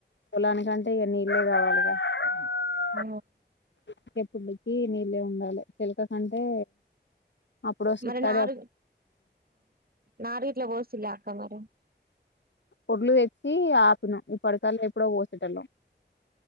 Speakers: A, on the left; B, on the right.
A: పొలానికి అంటే <unintelligible>
B: అ
A: <unintelligible> నీళ్ళే ఉండాలి చిలక కంటే అప్పుడు వస్తడి
B: మరి నాలుగు నాలుగిట్ల పోస్తులే అక్క మరి
A: ఓడ్లు తెచ్చి ఆపినం ఈ పడకల్లో ఎప్పుడో పోసేటళ